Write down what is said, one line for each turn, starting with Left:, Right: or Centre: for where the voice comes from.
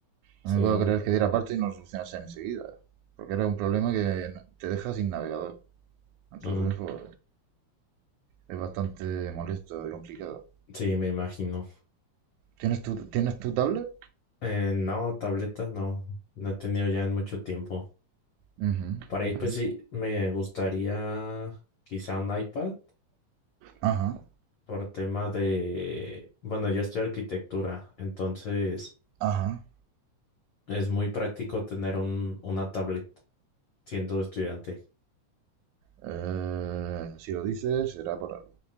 Left: Sí.
Right: No me puedo
Left: mm,
Right: creer que diera parte y no lo solucionase enseguida, porque era un problema que no- te deja sin navegador. Entonces,
Left: mm,
Right: pues, es bastante molesto y complicado.
Left: Sí, me imagino.
Right: ¿Tienes tu, ¿tienes tu tablet?
Left: Eh, no, tabletas no. No he tenido ya en mucho tiempo.
Right: Ujú,
Left: Para ir,
Right: ujú.
Left: pues sí, me gustaría quizá un iPad.
Right: Ajá,
Left: por tema de, bueno, yo estoy arquitectura, entonces
Right: ajá.
Left: es muy práctico tener un, una tablet siendo estudiante.
Right: Eh, si lo dices, será por algo.